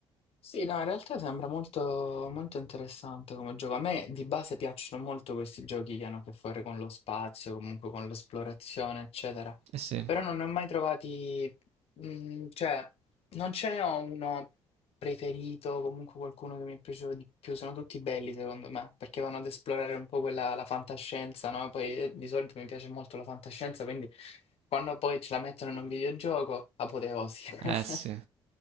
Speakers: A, on the left (about 45°); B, on the right (about 50°).
A: Sì, no, in realtà sembra molto, molto interessante come gioco. A me di base piacciono molto questi giochi che hanno a che fare con lo spazio, comunque con l'esplorazione, eccetera.
B: Eh sì,
A: Però non ne ho mai trovati, mm, cioè, non ce ne ho uno preferito, comunque qualcuno che mi è piaciuto di più. Sono tutti belli secondo me, perché vanno ad esplorare un po' quella, la fantascienza, no? Poi eh, di solito mi piace molto la fantascienza, quindi quando poi ce la mettono in un videogioco, apoteosi. <laughs>
B: eh sì.